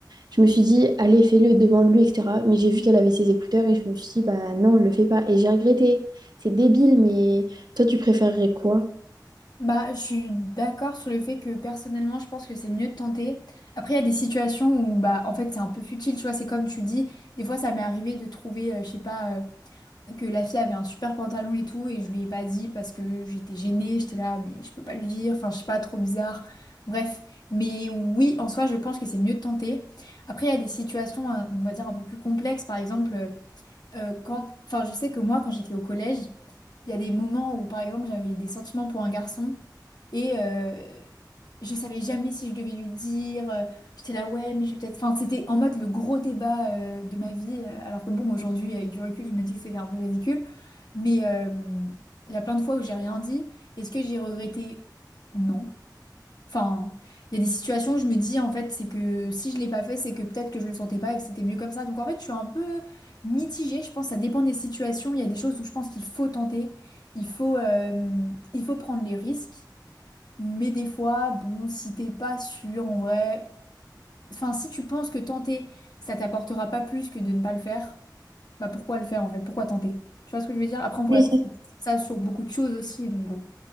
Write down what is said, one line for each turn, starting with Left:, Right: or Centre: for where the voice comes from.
Right: Je me suis dit, allez, fais-le, demande-lui, etc. Mais j'ai vu qu'elle avait ses écouteurs et je me suis dit, bah non, le fais pas. Et j'ai regretté. C'est débile, mais toi, tu préférerais quoi?
Left: Bah, je suis d'accord sur le fait que personnellement, je pense que c'est mieux de tenter. Après, il y a des situations où, bah, en fait, c'est un peu futile, tu vois. C'est comme tu dis, des fois, ça m'est arrivé de trouver, euh, je sais pas, euh, que la fille avait un super pantalon et tout, et je lui ai pas dit parce que j'étais gênée, j'étais là, mais je peux pas lui dire, enfin, je sais pas, trop bizarre. Bref, mais oui, en soi, je pense que c'est mieux de tenter. Après, il y a des situations, euh, on va dire, un peu plus complexes, par exemple. euh, euh, quand, enfin, je sais que moi, quand j'étais au collège, il y a des moments où, par exemple, j'avais des sentiments pour un garçon et euh, je savais jamais si je devais lui dire. euh, J'étais là, ouais, mais je vais peut-être. Enfin, c'était en mode le gros débat euh, de ma vie. euh, alors que bon, aujourd'hui, avec du recul, je me dis que c'était un peu ridicule. Mais euh, il y a plein de fois où j'ai rien dit. Est-ce que j'ai regretté? Non. Enfin, il y a des situations où je me dis, en fait, c'est que si je l'ai pas fait, c'est que peut-être que je le sentais pas et que c'était mieux comme ça. Donc, en fait, je suis un peu mitigée. Je pense que ça dépend des situations. Il y a des choses où je pense qu'il faut tenter. Il faut, euh, il faut prendre les risques. Mais des fois, bon, si t'es pas sûr, en vrai... Enfin, si tu penses que tenter, ça t'apportera pas plus que de ne pas le faire, bah pourquoi le faire, en fait? Pourquoi tenter? Tu vois ce que je veux dire? Après, on pourrait
Right: Oui,
Left: penser ça sur beaucoup de choses aussi. Donc, bon.